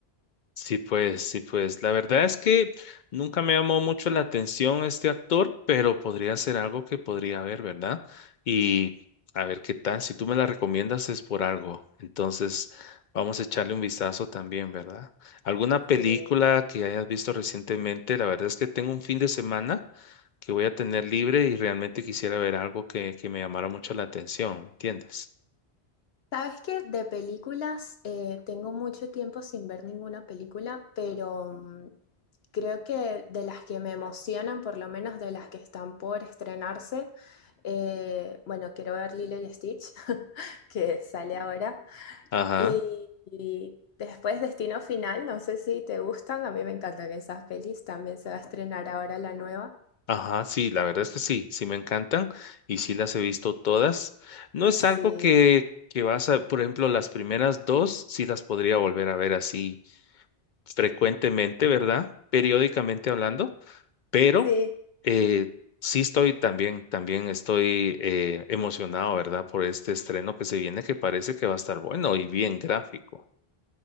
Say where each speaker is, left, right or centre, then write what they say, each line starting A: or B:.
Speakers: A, on the left (about 55°); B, on the left (about 70°).
A: Sí, pues, sí, pues. La verdad es que nunca me llamó mucho la atención este actor, pero podría ser algo que podría ver, ¿verdad? Y a ver qué tal. Si tú me la recomiendas es por algo. Entonces, vamos a echarle un vistazo también, ¿verdad? ¿Alguna película
B: Sí.
A: que hayas visto recientemente? La verdad es que tengo un fin de semana que voy a tener libre y realmente quisiera ver algo que, que me llamara mucho la atención, ¿me entiendes?
B: Sabes que de películas eh, tengo mucho tiempo sin ver ninguna película, pero mm, creo que de las que me emocionan, por lo menos de las que están por estrenarse, eh, bueno, quiero ver Lilo y Stitch, <laughs> que sale ahora,
A: Ajá.
B: y, y después Destino Final, no sé si te gustan, a mí me encantan esas pelis, también se va a estrenar ahora la nueva.
A: Ajá, sí, la verdad es que sí, sí me encantan y sí las he visto todas. No
B: Sí,
A: es algo que, que vas a, por ejemplo, las primeras dos sí las podría volver a ver así frecuentemente, ¿verdad? Periódicamente hablando, pero
B: sí.
A: eh, sí estoy también, también estoy eh, emocionado, ¿verdad? Por este estreno que se viene que parece que va a estar bueno y bien gráfico.